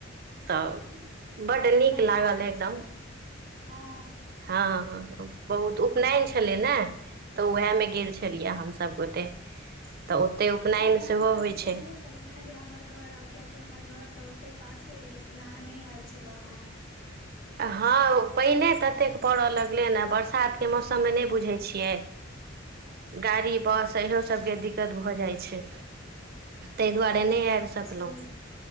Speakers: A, on the right (about 50°); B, on the left (about 70°).
A: तऽ बड्ड
B: हमरा
A: नीक
B: याद
A: लागल
B: अछिइ
A: एकदम
B: छ हँ
A: हँ बहुत उपनयन छलै ने तऽ उएहमे गेल छलियै हम सभ गोटे तऽ ओतहि उपनयन
B: जाहिमे हम
A: सेहो
B: अहाँके
A: होइ छै
B: कहने छलहुँ हेँ जे हमर घर आउ कियाकि हमर घर तऽ ओते पासे हय लेकिन अहाँ नहि आयल छलहुं हें
A: हँ पानिए ततेक पड़य लगलै ने बरसातके मौसममे नहि बुझैत छियै गाड़ी बस इहो सभके दिक्कत भऽ जाइत छै ताहि दुआरे
B: सही
A: नहि
B: बात
A: आबि
B: तऽ
A: सकलहुँ
B: छै